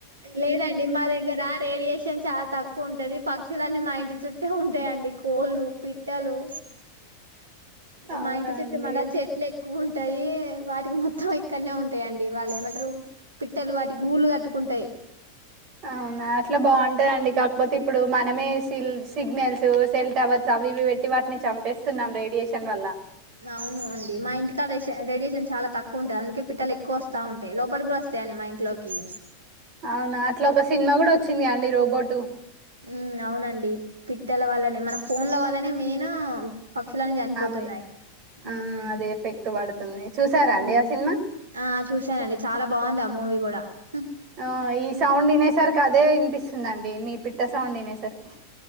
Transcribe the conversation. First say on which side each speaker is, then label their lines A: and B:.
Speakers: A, on the right (about 75°); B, on the right (about 40°).
A: లేదండి మా దగ్గర రేడియేషన్ చాలా తక్కువ ఉంటది పక్షు లన్నీ మా ఇంటి చుట్టే ఉంటాయండి కోళ్ళు పిట్టలు
B: అవునా
A: మా ఇంటి చుట్టూ
B: అండి
A: మళ్ళ చెట్లు ఎక్కువ ఉంటా టాయి వాటికి మొత్తం ఇక్కడ్నే ఉంటాయండి. వాళ్ళు ఏమంటారు పిట్టలు వాటికి గూళ్ళ కట్టుకుంటాయి.
B: అవునా అట్లా బాగుంటదండి. కాకపోతే ఇప్పుడు మనమే సిల్ సిగ్నల్స్, సెల్ టవర్స్ అవి ఇవి పెట్టి వాటిని చంపేస్తున్నాం. రేడియేషన్ వల్ల
A: అవును అండి మా ఇంటికా రేషన్ రేడియేషన్ చాలా తక్కువ ఉంటుంది. అందుకే పిట్టలు ఎక్కువ వస్తా ఉంటాయి. లోపలి కూడా వస్తాయండి మా ఇంట్లోకి
B: అవునా అట్లా ఒక సినిమా కూడా వచ్చింది అండి రోబోటు
A: మ్మ్ అవునండి పిట్టల వాళ్లనే మన ఫోన్ల వాల్ అలానే మెయిను పక్షులన్ చనిపోతున్నాయి
B: అవి
A: మ్మ్
B: ఆ అది ఎఫెక్ట్ పడుతుంది చూసారా అండి
A: మ్మ్
B: ఆ సినిమా
A: ఆ చూశానండి చాలా బాగుంది ఆ మూవీ కూడా <unintelligible>
B: ఓ ఈ సౌండ్ వినేసరికి అదే వినిపిస్తుందండి మీ పిట్ట సౌండ్ వినేసరికి